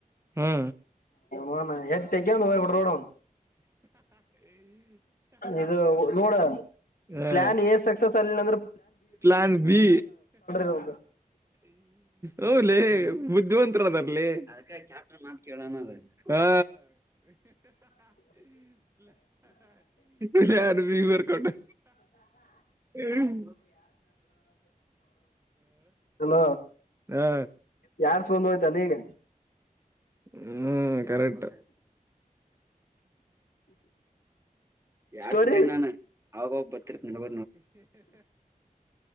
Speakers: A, on the right; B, on the left.
A: ಹಾ
B: ಹಾನ ಹೆತ್ತಗ ಹೋಗ್ಬಿಡ್ರ ನೋಡೋನ್ ಇದು ನೋಡ
A: ಹಾ
B: ಪ್ಲಾನ್ ಏನ್ ಸಸಸ್ ಆಗ್ಿಲ್ಲ ಅಂದ್ರ
A: ಪ್ಲಾನ್ ಬಿ
B: ಇವ್ರದು
A: ಹಲ ಬುದ್ಧಿವಂತರ ಅದರಲ್ಲಿದ ಮಾ ಕೇಳಣದ ಹಾ ಇಲೆ ಆರ್ಮ ಮಾಡಕೊಂಡು ಹ್ಮ
B: ಹಲ
A: ಹಾ
B: ಯಾರ್ ಹೋಯ್ತಾ ನೀಗೆ
A: ಹ್ಮ್ ಕರೆಕ್ಟ್ ಯಡ್ಸ್ದಂಗ
B: ಸ್ಟೋರಿ
A: ನಾನ್ ಅವಾಗೋಗ್ ಬರ್ತಿರ್ ನಡ